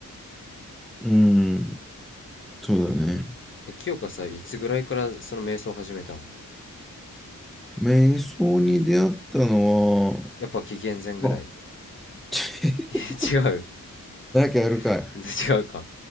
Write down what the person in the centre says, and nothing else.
うん。そうだよね。
瞑想に出会ったのは、
まあ、<laughs>
誰かやるかい。